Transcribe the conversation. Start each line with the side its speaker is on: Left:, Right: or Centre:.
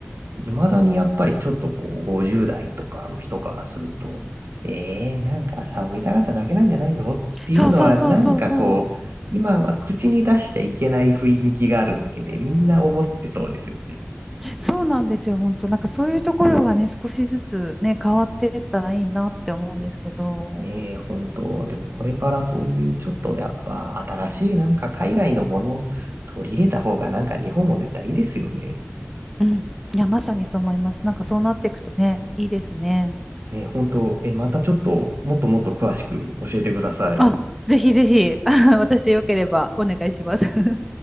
Right: 未だにやっぱりちょっとこう、50代とかの人からすると、えー、なんかサボりたかっただけなんじゃないのっていうのは、
Centre: そうそうそうそうそう。
Right: なんかこう、今は口に出しちゃいけない雰囲気があるだけで、みんな思ってそうですよね。
Centre: そうなんですよ、本当。なんかそういうところがね、少しずつね、変わっていったらいいなって思うんですけど。
Right: ねえ、本当。でもこれからそういうちょっとやっぱ新しいなんか海外のものを取り入れた方がなんか日本も絶対いいですよね。
Centre: うん。いや、まさにそう思います。なんかそうなっていくとね、いいですね。
Right: ねえ、本当。え、またちょっともっともっと詳しく教えてください。
Centre: あ、ぜひぜひ、<laughs> 私よければお願いします。